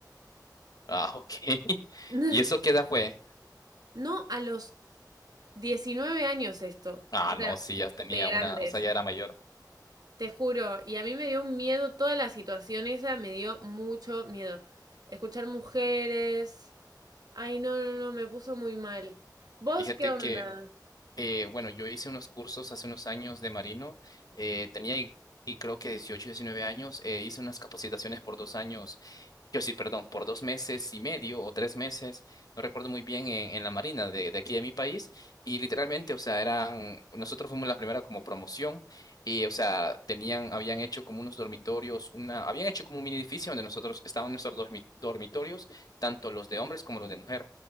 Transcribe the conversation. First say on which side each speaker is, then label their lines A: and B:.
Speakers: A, on the left; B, on the right.
A: Ah, ok. <laughs>
B: <laughs>
A: ¿Y eso qué edad fue?
B: No a los 19 años esto,
A: Ah,
B: o sea,
A: no, sí, ya tenía
B: de grandes,
A: una, o sea, ya era mayor.
B: te juro. Y a mí me dio un miedo, toda la situación esa me dio mucho miedo. Escuchar mujeres. Ay, no, no, no, me puso muy mal. ¿Vos
A: Fíjate
B: qué onda?
A: que, eh, bueno, yo hice unos cursos hace unos años de marino, eh, tenía y, y creo que 18, 19 años, eh, hice unas capacitaciones por dos años Yo sí, perdón, por dos meses y medio o tres meses, no recuerdo muy bien, en, en la Marina de, de aquí de mi país. Y literalmente, o sea, eran, nosotros fuimos la primera como promoción y, o sea, tenían, habían hecho como unos dormitorios, una, habían hecho como un mini edificio donde nosotros estaban nuestros dormi- dormitorios, tanto los de hombres como los de mujer.